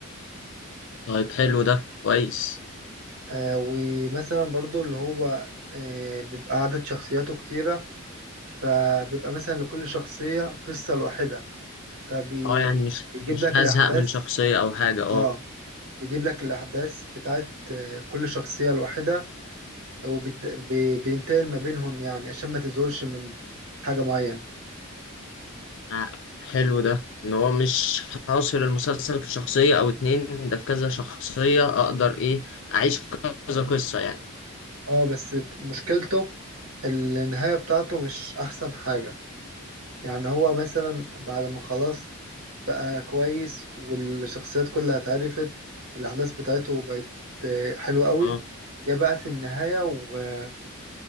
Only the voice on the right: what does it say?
آه ومثلا برضو اللي هو آه بيبقى عدد شخصياته كتيرة فبيبقى مثلا لكل شخصية قصة لوحدها فبيجيب
لك
الأحداث
اه بيجيب لك الأحداث بتاعت آه كل شخصية لوحدها وبينتقل ما بينهم يعني عشان ما تزهقش من حاجة معينة
اه بس مشكلته النهاية بتاعته مش أحسن حاجة يعني هو مثلا بعد ما خلاص بقى كويس والشخصيات كلها اتعرفت والأحداث بتاعته بقت آه، حلوة قوي
جه بقى في النهاية وممكن